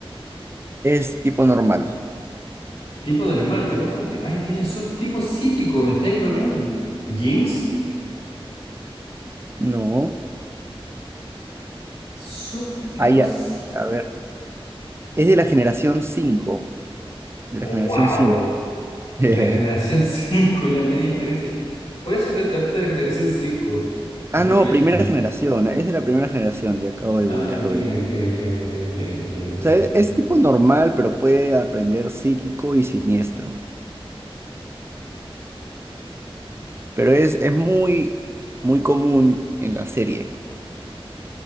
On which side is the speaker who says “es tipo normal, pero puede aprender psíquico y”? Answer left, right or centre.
Right